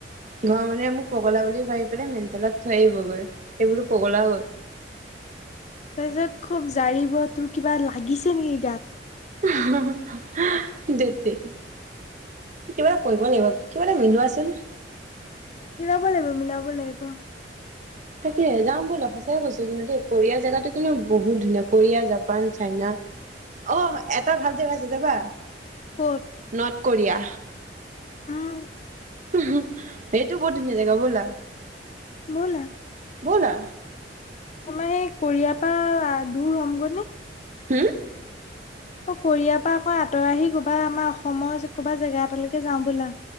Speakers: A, on the right (about 45°); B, on the left (about 40°).
A: ঘৰৰ মানুহে মোক পগলা বুলি ভাবি পেলাই মেডিকেলত থৈ আহিবগৈ এই বোলো পগলা হ'ল
B: তাৰপিছত খুব জাৰিব তোৰ কিবা লাগিছে নেকি গাত।
A: ওহু হু আ ধেত তেৰি কিবা এটা কৰিব লাগিব, কিবা এটা মিলোৱাচোন
B: মিলাব লাগিব মিলাব লাগিব।
A: তাকে যাওঁ বলা সঁচাই কৈছো কিন্তু দেই কোৰিয়াৰ জেগাতো কিন্তু বহুত ধুনীয়া কৰিয়া, জাপান, চাইনা। অহ এটা ভাল জেগা আছে যাবা
B: ক'ত
A: নৰ্থ কোৰিয়া।
B: উম
A: ওহো সেইটো বহুত ধুনীয়া জেগা ব'লা
B: ব'লা
A: ব'লা
B: তোমাৰ সেই কৰিয়াৰ পৰা দূৰ হ'মগৈ নে
A: হম
B: অ কৰিয়াৰ পৰা আকৌ আঁতৰ আহি ক'বা আমাৰ অসমৰ ক'বা জেগা এটালৈকে যাও বলা